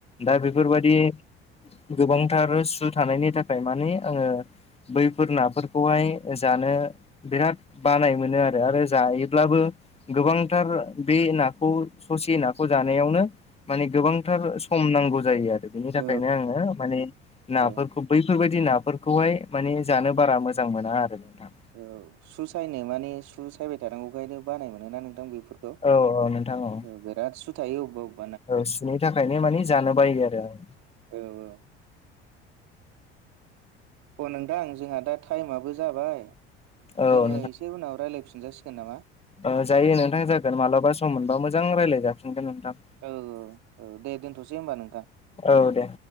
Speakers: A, on the left; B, on the right.
A: दा बेफोरबादि गोबांथार सु थानायनि थाखाय माने आङो बैफोर नाफोरखौहाय जानो बिराद बानाय मोनो आरो आरो जायोब्लाबो गोबांथार बे नाखौ ससे नाखौ जानायावनो माने गोबांथार सम नांगौ जायो आरो बिनि थाखायनो
B: औ
A: आङो माने नाफोरखौ
B: औ
A: बै बेफोरबायदि नाफोरखौहाय माने जानो बारा मोजां मोना आरो नोंथां।
B: औ सु सायनो मानि सु सायबाय थानांगौखायनो बानाय मोनो ना नोंथां बेफोर
A: औ औ नोंथां औ
B: <unintelligible> बेराद सु थायो <unintelligible>
A: औ सिनि थाखायनो माने जानो बायो आरो आं।
B: औ औ। अ' नोंथां जोंहा दा टाइमाबो जाबाय।
A: औ
B: जोङो एसे उनाव रायलायफिनजासिगोन नामा?
A: ओ जायो नोंथां जागोन मालाबा सम मोनबा मोजां रायलायजफिनगोन नोंथां।
B: औ औ दे दोनथ'सै होमबा नोंथां।
A: औ दे।